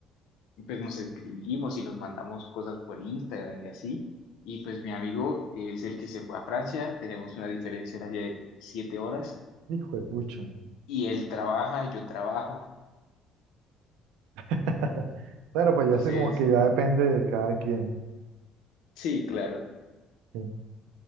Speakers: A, on the left; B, on the right.
A: pues nos escribimos y nos mandamos cosas por Instagram y así. Y pues mi amigo es el que se fue a Francia, tenemos una diferencia horaria de siete horas
B: Hijo de pucha.
A: y él trabaja, yo trabajo.
B: <laughs> Claro, pues
A: Entonces,
B: ya sé como que ya depende de cada quien.
A: sí, claro,
B: sí.